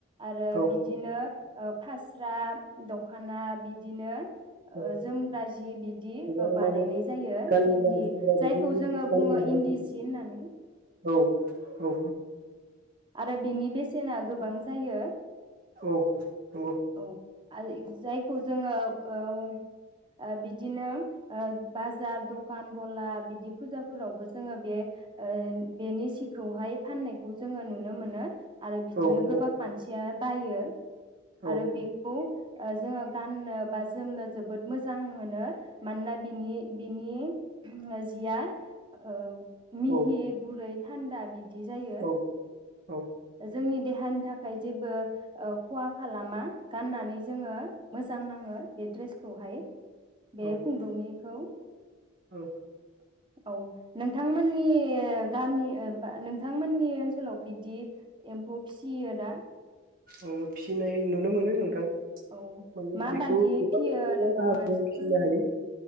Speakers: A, on the right; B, on the right.
A: आरो
B: औ
A: बिदिनो फास्रा दखाना बिदिनो
B: औ
A: जोमग्रा जि बिदि
B: गोबां
A: बानायनाय
B: माने
A: जायो।
B: गानग्रा
A: इन्दि
B: जोमग्रा बिदि
A: जायखौ जोङो बुङो
B: बानायनो
A: इन्दि सि होननानै।
B: औ औ
A: आरो बिनि बेसेना गोबां जायो।
B: औ नंगौ
A: औ जायखौ जोङो ओ ओ बिदिनो बाजार दखान गला बिदि फुजाफोरावबो जोङो बे ओ बेनि सि खौहाय फाननायखौ जोङो नुनो मोनो। आरो बिदिनो
B: नंगौ
A: गोबां मानसिया बायो
B: औ
A: आरो बेखौ जोङो गाननो बा जोमनो जोबोद मोजां मोनो मानोना बिनि बिनि जिया ओ मिहि
B: औ
A: गुरै थान्दा बिदि जायो।
B: औ औ।
A: जोंनि देहानि थाखाय जेबो ओ खहा खालामा। गाननानै जोङो। मोजां नाङो बे ड्रेसखौहाय। बे
B: औ
A: खुन्दुंनिखौ।
B: <inaudible>
A: औ नोंथांमोननि गामि बा नोंथांमोननि ओनसोलाव बिदि एम्फौ फिसियो दा
B: औ फिनाय नुनो मोनो नोंथां
A: औ
B: माने
A: माबादियै
B: बेखौ गोबां
A: फियो नोंथाङा
B: राहाफोर
A: एसे
B: खिनो
A: फोरमायदो
B: हायो